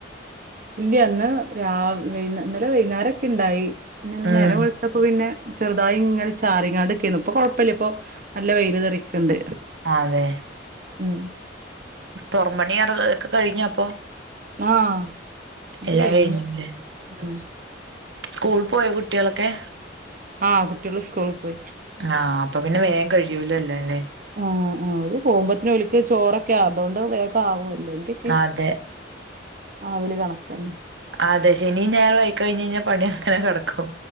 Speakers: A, on the right (about 50°); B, on the right (about 75°).
A: ഇല്ല ഇന്ന് രാ വൈ ഇന്നലെ വൈന്നേരംക്കെ ഇണ്ടായി പിന്നെ ഇന്നേരം
B: ഉം
A: വെളുത്തപ്പോ പിന്നെ ചെറുതായി ഇങ്ങനെ ചാറിങ്ങാണ്ട് നിക്കാണ് ഇപ്പോ കൊഴപ്പില്ല ഇപ്പോ നല്ല വെല് തെറിക്ക്ണ്ട്
B: അതെ
A: ഉം
B: പൊറം പണിയാറ് എക്കെ കഴിഞ്ഞോ അപ്പോ
A: ആഹ് ഇന്ന്
B: എല്ലാം
A: കഴിഞ്ഞു
B: കഴിഞ്ഞുല്ലേ
A: ഉം
B: സ്കൂൾ പോയോ കുട്ടികളൊക്കെ
A: ആഹ് കുട്ടികള് സ്കൂളി പോയി
B: ആഹ് അപ്പോ പിന്നെ വേം കഴിയൂലോ എല്ലാംല്ലേ
A: ആഹ് ആഹ് അത് പോമ്പത്തേനും ഓല്ക്ക് ചോറൊക്കെ ആവും അതുകൊണ്ട് വേഗം ആവും എല്ലെങ്കേക്കി
B: അതെ
A: ആവാല് കണക്കന്നെ
B: അതെ ശനിം ഞായറും ആയി കഴിഞ്ഞേഞ്ഞാ പണി അങ്ങനെ കെടക്കും